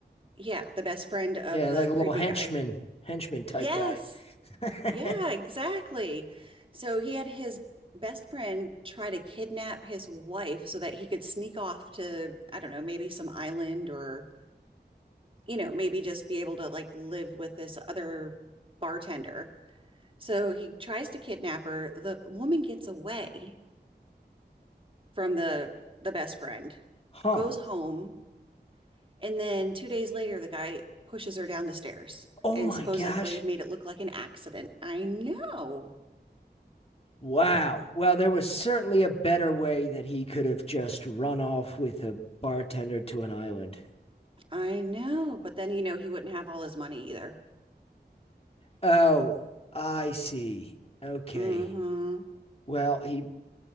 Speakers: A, on the right (about 30°); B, on the left (about 35°).
A: Yeah, the best friend of
B: Yeah,
A: the
B: like a little
A: creepy
B: henchman,
A: guy.
B: henchman type
A: Yes.
B: guy. <laughs>
A: Yeah, exactly. So he had his best friend try to kidnap his wife so that he could sneak off to, I don't know, maybe some island or you know, maybe just be able to like live with this other bartender. So he tries to kidnap her. The woman gets away from the the best friend,
B: Huh.
A: goes home, and then two days later, the guy pushes her down the stairs
B: Oh
A: and
B: my
A: supposedly
B: gosh.
A: made it look like an accident. I know,
B: Wow. Well, there was certainly a better way that he could have just run off with a bartender to an island.
A: I know, but then you know he wouldn't have all his money either.
B: Oh, I see. Okay.
A: Mm-hmm.
B: Well, he,